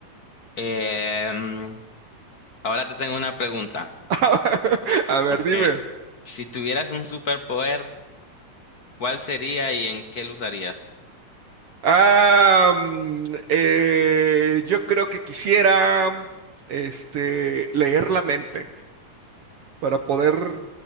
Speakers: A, on the left; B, on the right.
A: Em, ahora te tengo una pregunta.
B: <laughs> A ver,
A: Ok.
B: dime.
A: Si tuvieras un superpoder, ¿cuál sería y en qué lo usarías?
B: Ah, mm, eh, yo creo que quisiera este, leer la mente para poder